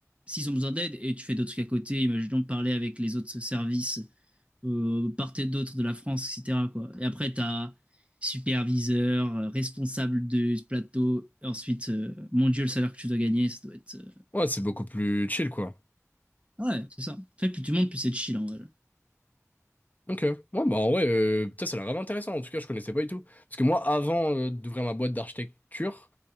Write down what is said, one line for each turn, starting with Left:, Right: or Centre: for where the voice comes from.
Right: s'ils ont besoin d'aide et tu fais d'autres trucs à côté, imaginons parler avec les autres services euh, part et d'autre de la France, etc. Quoi. Et après, tu as superviseur, euh, responsable de ce plateau. Et Ensuite, euh, mon Dieu, le salaire que tu dois gagner, ça doit être. euh,
Left: Ouais, c'est beaucoup plus chill, quoi.
Right: Ouais, c'est ça. En fait, plus tu montes, plus c'est chill en vrai.
Left: Ok. Ouais, bah en vrai, euh, putain, ça a l'air grave intéressant. En tout cas, je connaissais pas du tout. Parce que moi, avant euh, d'ouvrir ma boîte d'architecture,